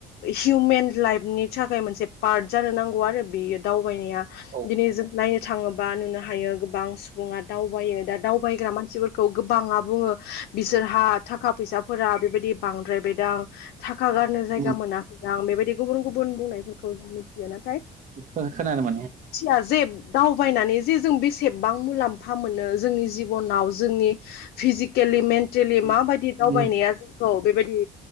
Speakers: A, on the left; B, on the right.
A: हिउमेन लाइफनि थाखाय मोनसे पार्ट जानो नांगौ आरो बेयो दावबायनाया
B: औ
A: दिनै जों नायनो थाङोबा नुनो हायो गोबां सुबुङा दावबायो दा दावबायग्रा मानसिफोर खौ गोबाङा बुङो बिसोरहा थाखा फैसाफोरा बेबायदि बांद्रायबायदां थाख खा गारनो जायगा
B: उम
A: मोनाखै दां बेबायदि गुबुन गुबुन बुंनायफोरखौ जों मिथियो नाथाय
B: खो खोनानो मोनो
A: दा जेब दावबायनानै जे जों बेसेबबां मुलाम्फा मोनो जोंनि जिबनाव जोंनि फिजिकेलि मेन तेलि
B: उम
A: माबायदि दावबायनाया
B: उम
A: जोंखौ बेबायदि